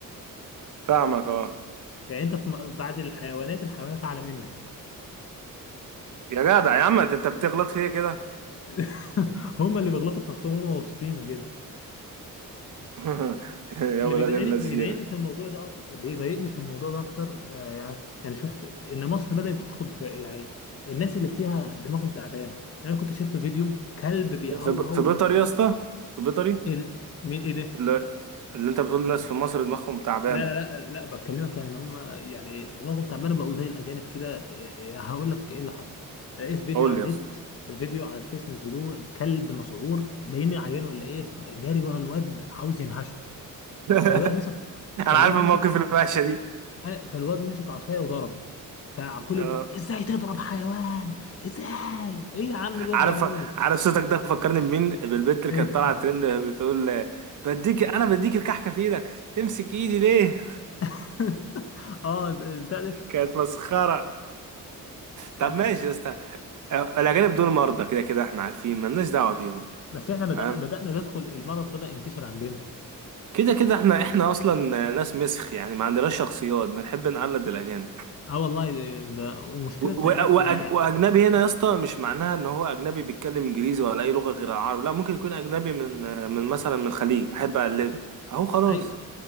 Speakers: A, on the right (about 60°); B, on the left (about 40°).
A: فاهمك اه
B: يعني انت في م- بعد الحيوانات الحيوانات اعلى منك
A: يا جدع يا عم انت بتغلط فيا كده
B: <laughs> هم اللي بيغلطوا في نفسهم هم مبسوطين من كده
A: <laughs> يا
B: اللي
A: ولاد
B: بيضايقني
A: اللذين
B: بيضايقني في الموضوع ده اكتر بيضايقني في الموضوع ده اكتر آه يعني يعني شفت ان مصر بدأت تدخل في يعني الناس اللي فيها دماغهم تعبانه يعني انا كنت شفت فيديو كلب بيهوهو
A: في في في بيطري يا اسطى في بيطري
B: ايه ده مين ايه ده
A: اللي, اللي انت بتقول الناس في مصر دماغهم تعبانه
B: لا لا لا لا بكلمك يعني ان هم يعني دماغهم تعبانه بقوا زي الاجانب كده يعني هقول لك ايه اللي حصل لقيت فيديو
A: قول
B: على
A: لي
B: النت
A: يا اسطى
B: فيديو على الفيس نزلوه كلب مسعور باين عيان ولا ايه جاري ورا الواد عاوز ينهشه
A: <laughs>
B: فالواد مسك فالواد
A: انا عارف المواقف
B: مسك
A: الوحشه دي
B: أنا- فالواد مسك عصايه وضربه فكله
A: آه،
B: بتاع ازاي تضرب حيوان ازاي ايه يا عم الواد
A: عارف
B: هيموت
A: عارف صوتك ده فكرني بمين بالبنت اللي
B: ايه
A: كانت طالعه ترند بتقول آه، بديك انا بديك الكحكه في ايدك تمسك ايدي ليه
B: <laughs> اه ده- بتاع
A: <laughs>
B: ده
A: كانت مسخره
B: <laughs>
A: طب ماشي يا اسطى آه، الاجانب دول مرضى كده كده احنا عارفين مالناش دعوه بيهم
B: بس احنا بدأ
A: تمام
B: بدأنا ندخل المرض بدأ ينتشر عندنا
A: كده كده احنا احنا اصلا ناس مسخ يعني ما عندناش شخصيات بنحب نقلد الاجانب
B: اه والله ده ده- ومشكلة
A: و-
B: تقليد
A: و-
B: يعني
A: وأج- واجنبي هنا يا اسطى مش معناها ان هو اجنبي بيتكلم انجليزي ولا اي لغه غير العربي لا ممكن يكون اجنبي من من مثلا من الخليج احب اقلده اهو خلاص
B: ايوه